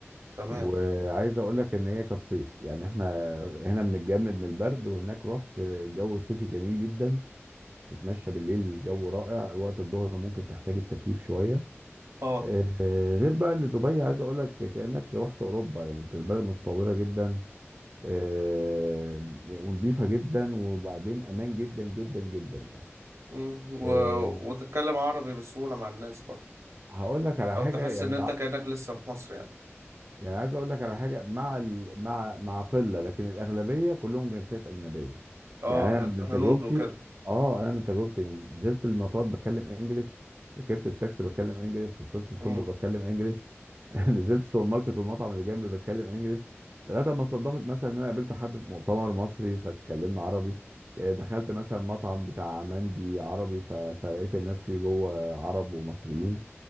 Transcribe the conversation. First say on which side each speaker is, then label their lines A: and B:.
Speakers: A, on the right; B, on the right.
A: تمام
B: وعايز اقول لك ان هي كانت صيف يعني احنا هنا بنتجمد من البرد وهناك رحت الجو صيفي جميل جدا تتمشى بالليل الجو رائع وقت الظهر ممكن تحتاج التكييف شويه
A: اه
B: آه، غير بقى ان دبي عايز اقول لك كانك رحت اوروبا يعني انت البلد متطوره جدا آه، ونظيفه جدا وبعدين امان جدا جدا جدا يعني
A: مم، و...
B: إيه،
A: وتتكلم عربي بسهولة مع الناس برضو
B: هقول لك على
A: أو
B: حاجه
A: تحس
B: يعني
A: إن
B: الع...
A: أنت كأنك لسه في مصر يعني
B: يعني عايز اقول لك على حاجه مع ال... مع مع قله لكن الاغلبيه كلهم جنسيات اجنبيه
A: اه
B: يعني انا
A: ه-
B: من
A: هنود
B: تجربتي
A: وكده
B: اه انا من تجربتي من- نزلت المطار بتكلم انجليش ركبت التاكسي بتكلم انجليش وصلت الفندق
A: امم
B: بتكلم انجليش <laughs> نزلت السوبر ماركت والمطعم اللي جنبي بتكلم انجليش لغايه ما صدفت مثلا ان انا قابلت حد في مؤتمر مصري فاتكلمنا عربي إيه، دخلت مثلا مطعم بتاع مندي عربي ف... فلقيت الناس فيه جوه عرب ومصريين